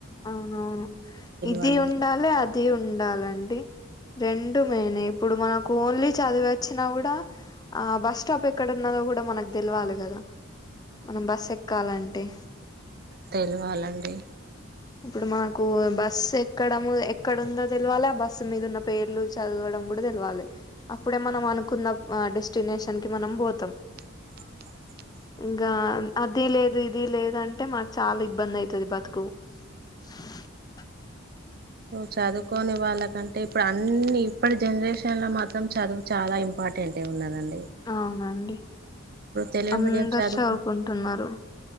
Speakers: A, on the left; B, on the right.
A: ఆ ఔను ఇది
B: వాళ్ళు
A: ఉండాలే అది ఉండాలండి. రెండు మెయ్నె ఇప్పుడు మనకు ఓన్లీ చదివొచ్చినా గుడా ఆ బస్ స్టాప్ ఎక్కడున్న <unintelligible> కూడ మనక్ తెల్వాలె గద మనం బస్సెక్కాలంటె
B: తెల్వాలండి.
A: ఇప్పుడు మాకు బస్సెక్కడము ఎక్కడుందో తెలువాల ఆ బస్సు మీద ఉన్న పేర్లు చదువ తం గూడ దెల్వాలె అప్పుడె మనమనుకున్న ప్ అ డెస్టినేషన్కి మనం బోతం.
B: <inaudible>
A: ఇంగా అదిలేదు ఇదిలేదంటె మాక్ చాలా ఇబ్బందైతది బతుకు. <inaudible>
B: నువ్వు చదువుకోని వాళ్ళకంటె ఇప్పుడన్ని ఇప్పటి జన్రేషన్ లొ మాత్రం చదువు చాలా ఇంపా ఆ టేంటే ఉన్నదాన్ని
A: అవునండి
B: తెలుగు
A: అందర్
B: మీడియం చదువుకు
A: సవ్కుంటున్నరు